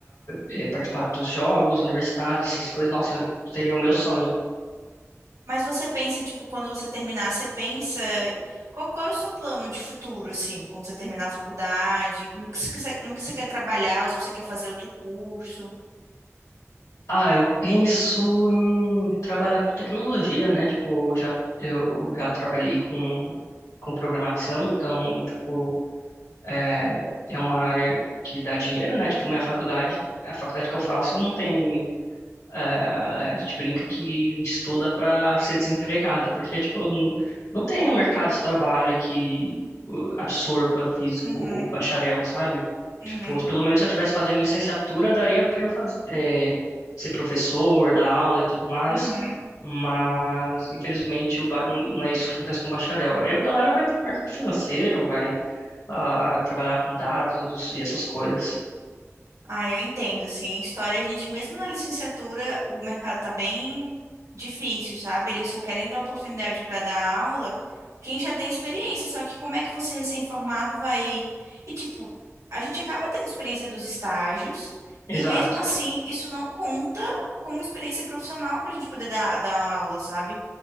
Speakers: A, on the left; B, on the right.
A: eh, participar dos jogos universitários, essas coisas, nossa, seria o meu sonho.
B: Mas você pensa, tipo, quando você terminar, você pensa qual, qual é o seu plano de futuro, assim, quando você terminar a faculdade, no que você, quer- no que você quer trabalhar, ou se você quer fazer outro curso.
A: Ah, eu penso em trabalhar com tecnologia, né? Tipo, já, eu já trabalhei com, com programação, então, tipo, é, é uma área que dá dinheiro, né? Tipo, minha faculdade, a faculdade que eu faço não tem Ah, a gente brinca que a gente estuda para ser desempregado, porque, tipo, não, não tem um mercado de trabalho que uh, absorva físico
B: Uhum,
A: bacharel, sabe?
B: uhum,
A: Tipo, pelo menos se eu estivesse fazendo licenciatura, daria para eu faz- eh, ser professor, dar aula e tudo mais,
B: uhum.
A: mas, infelizmente, o ba- não é isso que acontece com o bacharel. Aí a galera vai para o mercado financeiro, vai ah, trabalhar com dados e essas coisas.
B: Ah, eu entendo, assim, história a gente, mesmo na licenciatura, o mercado tá bem difícil, sabe? Eles só querem dar oportunidade para dar aula quem já tem experiência, só que como é que você recém-formado vai... E, tipo, a gente acaba tendo experiência dos estágios e,
A: Exato,
B: mesmo assim, isso não conta como experiência profissional para a gente poder dar, dar aula, sabe?